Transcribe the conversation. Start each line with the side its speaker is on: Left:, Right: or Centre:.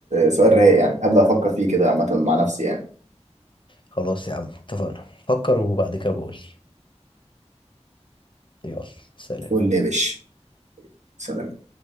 Right: سؤال رايق يعني هبدأ أفكر فيه كده عامة مع نفسي يعني
Left: خلاص يا عم اتفقنا فكر وبعد كده بقول لي يلا سلام
Right: قول لي يا باشا سلام